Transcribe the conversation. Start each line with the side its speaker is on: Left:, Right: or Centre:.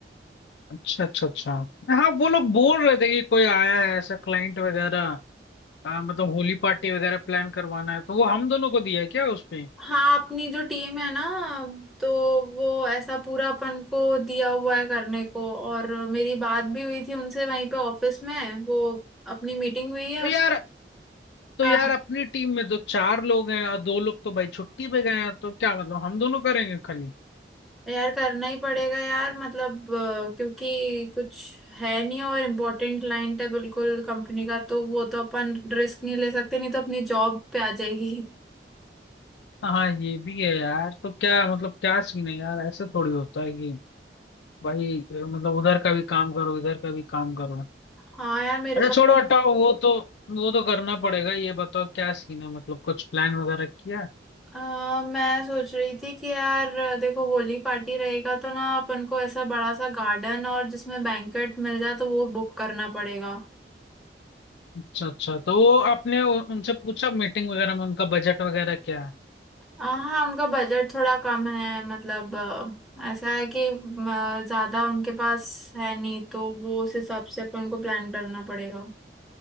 Left: अच्छा अच्छा अच्छा हाँ वो लोग बोल रहे थे कि कोई आया है ऐसा क्लाइंट वगैरह आ, मतलब होली पार्टी वगैरह प्लान करवाना है तो वो हम दोनों को दिया है क्या उसपे
Centre: हाँ अपनी जो टीम है ना तो वो ऐसा पूरा अपन को दिया हुआ है करने को और मेरी बात भी हुई थी उनसे वहीं पे ऑफिस में वो अपनी मीटिंग हुई है
Left: तो यार तो
Centre: हाँ
Left: यार अपनी टीम में तो चार लोग हैं और दो लोग तो भाई छुट्टी पे गए हैं तो क्या मतलब हम दोनों करेंगे खाली
Centre: यार करना ही पड़ेगा यार मतलब अ, क्योंकि कुछ है नहीं और इम्पोर्टेंट क्लाइंट है बिल्कुल कंपनी का तो वो तो अपन रिस्क नहीं ले सकते नहीं तो अपनी जॉब पे आ जाएगी
Left: हाँ ये भी है यार तो क्या मतलब क्या सीन है यार ऐसे थोड़ी होता है कि भाई मतलब उधर का भी काम करो इधर का भी काम करो
Centre: हाँ यार मेरे
Left: अच्छा छोड़ो
Centre: पास
Left: हटाओ वो तो वो तो करना पड़ेगा ये बताओ क्या सीन है मतलब कुछ प्लान वगैरह किया
Centre: अ, मैं सोच रही थी कि यार अ, देखो होली पार्टी रहेगा तो ना अपन को ऐसा बड़ा सा गार्डन और जिसमें बैंकेट मिल जाए तो वो बुक करना पड़ेगा
Left: अच्छा अच्छा तो वो आपने उ- उनसे पूछा मीटिंग वगैरह में उनका बजट वगैरह क्या है
Centre: आ, हाँ उनका बजट थोड़ा कम है मतलब अ, ऐसा है कि अ, ज्यादा उनके पास है नहीं तो वो उस हिसाब से अपन को प्लान करना पड़ेगा